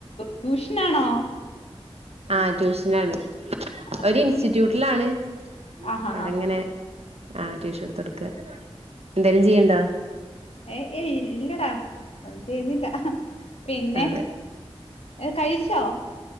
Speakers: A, on the left (about 75°); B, on the right (about 75°).
A: ട്യൂഷനാണോ?
B: ആ ട്യൂഷനാണ്
A: ആ
B: ഒരു
A: ശരി.
B: ഇൻസ്റ്റിറ്റ്യൂട്ടിലാണ്
A: ആഹാ
B: അവിടെങ്ങനെ
A: ഹാ ഹാ ഹാ
B: ആ ട്യൂഷൻ എടുത്ത് കൊടുക്ക എന്തേലും ചെയ്യണ്ടോ
A: ഏഹ് ഏയ് ഇല്ലടാ ഒന്നും ചെയ്യുന്നില്ല പിന്നെ
B: അതെ
A: ഏഹ് കഴിച്ചോ